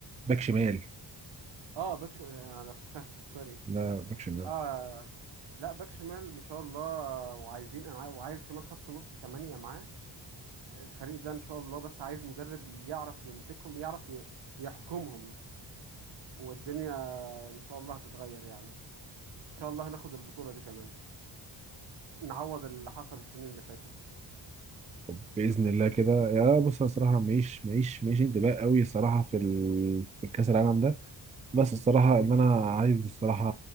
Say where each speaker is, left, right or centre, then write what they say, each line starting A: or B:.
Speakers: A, on the right; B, on the right.
A: باك شمال
B: اه باك ش... آه، انا فت- <laughs> سوري
A: لا باك شمال
B: اه لا باك شمال ان شاء الله وعايزين انا عاي- وعايز كمان خط نص تمانية معاه الفريق ده ان شاء الله بس عايز مدرب يعرف يمسكهم يعرف ي... يحكمهم والدنيا ان شاء الله هتتغير يعني ان شاء الله هناخد البطولة دي كمان نعوض اللي حصل السنين اللي فاتت
A: طب بإذن الله كده يا بص أنا الصراحة ماليش ماليش ماليش انتباه قوي الصراحة في ال... في كأس العالم ده بس الصراحة إن أنا عايز الصراحة